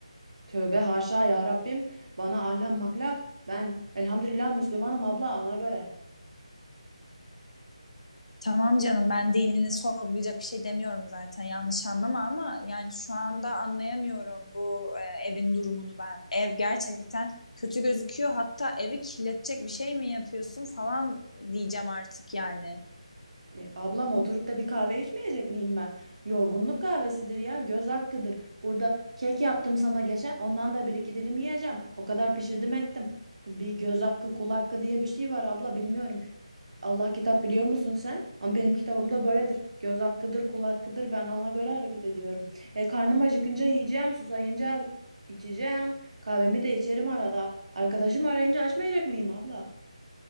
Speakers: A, on the right (about 70°); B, on the left (about 80°).
A: Tövbe haşa ya Rabbim bana ahlak maklak ben elhamdülillah Müslümanım abla ona göre.
B: Tamam canım ben dinini sorgulayacak bir şey demiyorum zaten yanlış anlama ama yani şu anda anlayamıyorum bu e, evin durumunu ben. Ev gerçekten kötü gözüküyor hatta evi kirletecek bir şey mi yapıyorsun falan diyeceğim artık yani.
A: E, Ablam oturup da bir kahve içmeyecek miyim ben? Yorgunluk kahvesidir ya, göz hakkıdır. Burada kek yaptım sana geçen, ondan da bir iki dilim yiyeceğim. O kadar pişirdim ettim. Bir göz hakkı, kul hakkı diye bir şey var abla, bilmiyorum. Allah kitap biliyor musun sen? Ama benim kitabımda böyledir. Göz hakkıdır, kul hakkıdır. Ben ona göre hareket ediyorum. E, karnım acıkınca yiyeceğim, susayınca içeceğim. Kahvemi de içerim arada. Arkadaşım arayınca açmayacak mıyım abla?